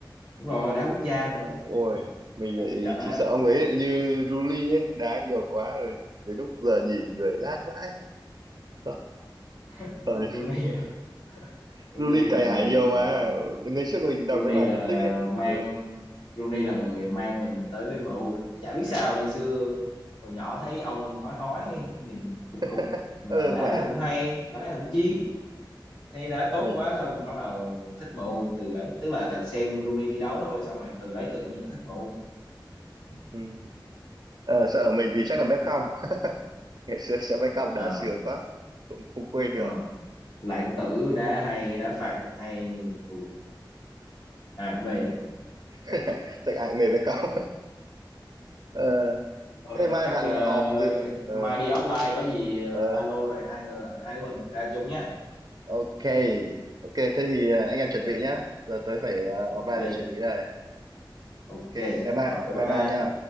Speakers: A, on the left; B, on the right.
A: đúng rồi đá quốc gia nữa
B: ôi mình
A: năm
B: lại
A: chục trận đấy
B: chỉ sợ ông ấy lại như Ruli ấy đá nhiều quá rồi đến lúc giờ nhìn người lát vãi Sợ.
A: <laughs>
B: Rồi,
A: Rooney à? Rooney
B: Ruli
A: là
B: cày
A: người
B: ải nhiều
A: mà
B: mà ngày trước mình đọc
A: Rooney
B: cái bài
A: là
B: phân tích ấy
A: mang
B: ừ
A: Rooney là người mang mình tới với MU đấy chả biết sao ngày xưa hồi nhỏ thấy ông hói hói nhìn cục
B: <laughs>
A: cục mà
B: ờ
A: đá
B: vậy à
A: cũng hay đá cũng chiến thấy đá tốt
B: mình
A: quá xong bắt đầu thích MU từ đấy tức là xem Rooney thi đấu thôi xong rồi từ đấy tự nhiên là thích MU
B: ừ. Ờ, sợ mình thì chắc là Beckham <laughs> ngày xưa sẽ Beckham đá
A: ờ
B: sướng quá không không quên
A: ờ
B: được
A: lãng
B: ừ.
A: tử đá hay đá phạt hay ui ai cũng mê nhỉ
B: <laughs> chắc ai cũng mê Beckham <laughs> ờ
A: thôi
B: thế mai
A: chắc
B: bạn
A: ờ,
B: off từ ờ
A: mai đi offline có gì ờ,
B: ờ
A: alo rồi hai người hai đứa mình ra chung nhá
B: Ok, ok, thế thì à, anh em chuẩn
A: ok
B: bị nhá. Giờ tôi phải à, offline
A: ok
B: để chuẩn bị đây.
A: ok
B: Ok, bye bye,
A: rồi bye
B: bye bye nhá.
A: bye